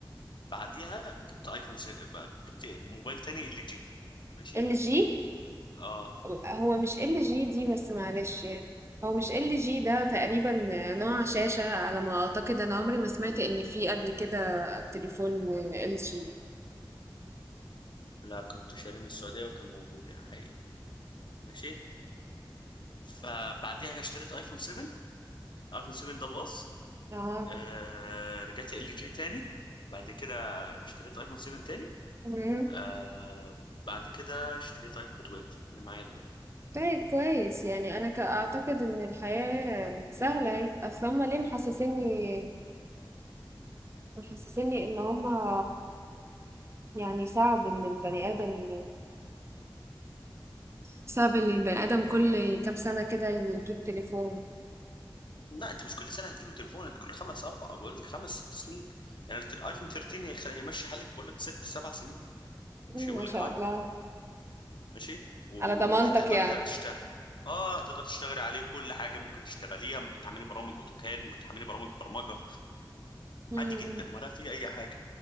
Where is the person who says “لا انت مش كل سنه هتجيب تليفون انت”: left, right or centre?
Left